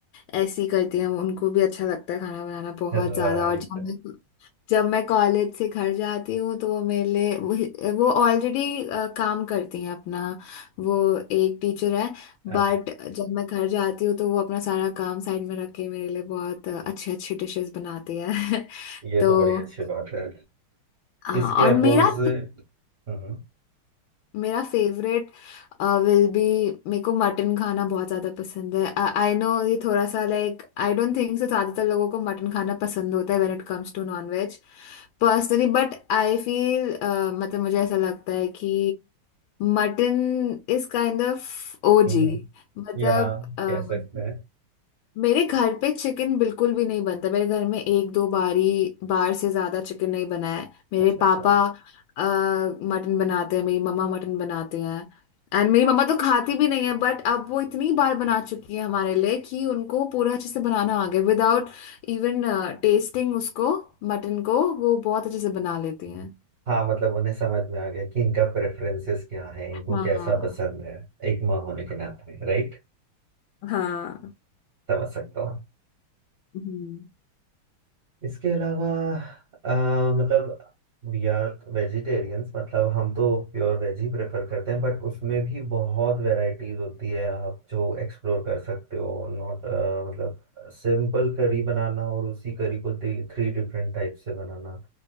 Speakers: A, on the left; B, on the right.
A: ऐसी करती हैं उनको भी अच्छा लगता है खाना बनाना बहुत
B: राइट
A: ज्यादा और जब मैं जब मैं कॉलेज से घर जाती हूँ तो वो मेरे लिए वो वो ऑलरेडी काम करती हैं अपना वो एक टीचर है बट
B: अच्छा
A: जब मैं घर जाती हूँ तो वो अपना सारा काम साइड में रख के मेरे लिए बहुत अच्छे अच्छे डिशेस बनाती है <laughs>
B: ये
A: तो
B: तो बड़ी अच्छी बात है
A: हाँ
B: इसके अपोजिट
A: और मेरा
B: हम्म
A: मेरा फेवरेट विल बी मेरे को मटन खाना बहुत ज़्यादा पसंद है आई नो ये थोड़ा सा like I don't think so ज़्यादातर लोगों को मटन खाना पसंद होता है when it comes to non veg personally but I feel मतलब मुझे ऐसा लगता है कि मटन इज काइंड ऑफ ओजी
B: हम्म हम्म,
A: मतलब
B: या
A: uh,
B: कह सकते हैं
A: मेरे घर पे चिकन बिल्कुल भी नहीं बनता मेरे घर में एक दो बारी बार से ज्यादा चिकन नहीं बना है मेरे
B: अच्छा अच्छा
A: पापा मटन बनाते हैं मेरी मम्मा मटन बनाते हैं एंड मेरी मम्मा तो खाती भी नहीं है बट अब वो इतनी बार बना चुकी है हमारे लिए कि उनको पूरा अच्छे से बनाना आ गया विदाउट इवन टेस्टिंग उसको मटन को वो बहुत अच्छे से बना लेती हैं
B: हाँ मतलब उन्हें समझ में आ गया कि इनका प्रेफरेंसेस क्या है
A: हाँ
B: इनको कैसा पसंद है एक माँ होने के नाते राइट
A: हाँ
B: समझ सकता हूँ
A: हम्म
B: इसके अलावा आ, मतलब वी आर वेजिटेरियंस मतलब हम तो प्योर वेज ही प्रेफर करते हैं बट उसमें भी बहुत वैरायटीज होती है आप जो एक्सप्लोर कर सकते हो नॉट मतलब सिंपल करी बनाना और उसी करी को थ्री डिफरेंट टाइप से बनाना